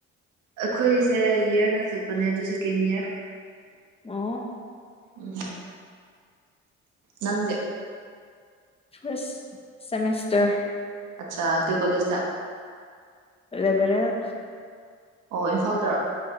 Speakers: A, on the right; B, on the left.
A: ꯑꯩꯈꯣꯏꯁꯦ ꯏꯌꯔꯅ ꯆꯠꯄꯅꯦ ꯑꯗꯨ ꯁꯦꯀꯦꯟ ꯏꯌꯥꯔ
B: ꯑꯣ
A: ꯎꯝ ꯅꯪꯗꯤ
B: ꯐꯥꯔꯁ ꯁꯃꯦꯁꯇꯔ
A: ꯑꯆꯥ ꯀꯩ ꯀꯣꯂꯦꯖꯇꯥ
B: ꯔꯦꯕꯦꯔꯦꯜ
A: ꯑꯣ ꯏꯝꯐꯥꯜꯗꯔꯣ